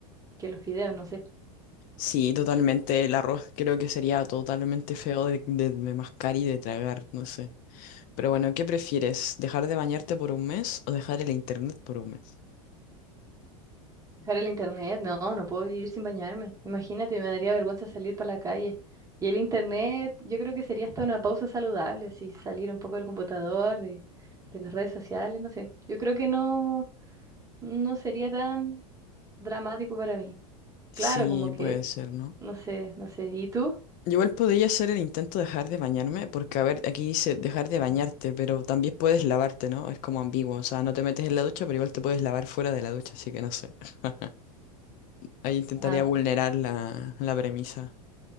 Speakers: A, on the right; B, on the left.
A: que los fideos, no sé.
B: Sí, totalmente. El arroz creo que sería totalmente feo de, de, de mascar y de tragar, no sé. Pero bueno, ¿qué prefieres? ¿Dejar de bañarte por un mes o dejar el internet por un mes?
A: Dejar el internet, no, no puedo vivir sin bañarme. Imagínate, me daría vergüenza salir para la calle. Y el internet, yo creo que sería hasta una pausa saludable, así salir un poco del computador, de, de las redes sociales, no sé. Yo creo que no, no sería tan dramático para mí.
B: Sí,
A: Claro, como
B: puede
A: que,
B: ser, ¿no?
A: no sé, no sé. ¿Y tú?
B: Yo Igual podría hacer el intento de dejar de bañarme, porque a ver, aquí dice dejar de bañarte, pero también puedes lavarte, ¿no? Es como ambiguo, o sea, no te metes en la ducha, pero igual te puedes lavar fuera de la ducha, así que no sé. <laughs> Ahí intentaría
A: Ah,
B: vulnerar la, la premisa.